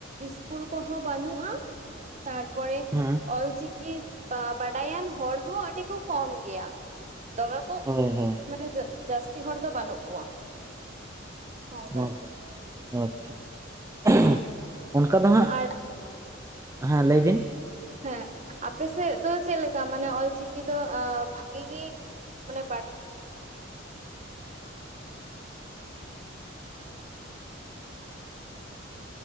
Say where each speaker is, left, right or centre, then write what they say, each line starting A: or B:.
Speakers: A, on the right; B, on the right.
A: ᱤᱥᱠᱩᱞ ᱠᱚᱦᱚᱸ ᱵᱟᱹᱱᱩᱜᱼᱟ ᱛᱟᱨᱯᱚᱨᱮ
B: ᱦᱮᱸ
A: ᱚᱞᱪᱤᱠᱤ ᱵᱟ ᱵᱟᱰᱟᱭᱟᱱ ᱦᱚᱲ ᱦᱚᱸ ᱟᱹᱰᱤ ᱠᱚ ᱠᱚᱢ ᱜᱮᱭᱟ ᱛᱚᱵᱮ ᱠᱚ
B: ᱦᱳᱭ ᱦᱳᱭ
A: ᱢᱟᱱᱮ ᱡᱟᱹᱥᱛᱤ ᱦᱚᱲ ᱫᱚ ᱵᱟᱹᱱᱩᱜ ᱠᱚᱣᱟ ᱚᱱᱠᱟ
B: <unintelligible>
A: ᱟᱨᱠᱤ
B: ᱟᱪᱪᱷᱟ <unintelligible> ᱚᱱᱠᱟ ᱫᱚ ᱦᱟᱸᱜ
A: ᱟᱨ
B: ᱦᱮᱸ ᱞᱟᱹᱭ ᱵᱤᱱ
A: ᱦᱮᱸ ᱟᱯᱮᱥᱮᱫ ᱫᱚ ᱪᱮᱫ ᱞᱮᱠᱟ ᱢᱟᱱᱮ ᱚᱞᱪᱤᱠᱤ ᱫᱚ ᱟᱸ ᱵᱷᱟᱹᱜᱤ ᱜᱮ ᱢᱟᱱᱮ ᱵᱟᱲ